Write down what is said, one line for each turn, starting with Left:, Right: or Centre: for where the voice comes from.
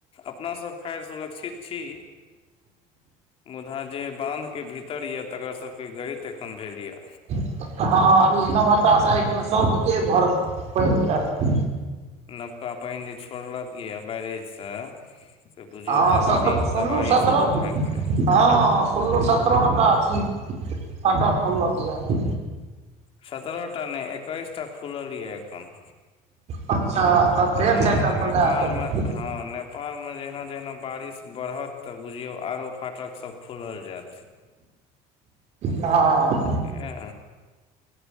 Left: अपनासभ खैर सुरक्षित छी मुदा जे बान्धके भीतर यए तेकरा सबके गरीत एखन भेल यए
Right: हँ अभी नवहट्टा साडमे सभके घरमे पानि ये
Left: नवका पानि जे छोड़लक यए बैरेज से से बुझियौ
Right: हँ
Left: तबाही
Right: सत सुनलहुँ
Left: तबाही
Right: सत्रह
Left: शुरू भए गेलै
Right: हँ सुनलू सतरह टा अथी फाटक खोलक ये
Left: सतरहटा नै एकैसटा खुलए एखन
Right: अच्छा तऽ फेर
Left: हँ
Right: चारिटा खोलला
Left: नेपाल
Right: हेता
Left: मे हँ नेपाल मे जहिना जहिना बारिश बढ़त तऽ बुझियौ आरो फाटक सब खुलल जायत
Right: हँ
Left: बझलियै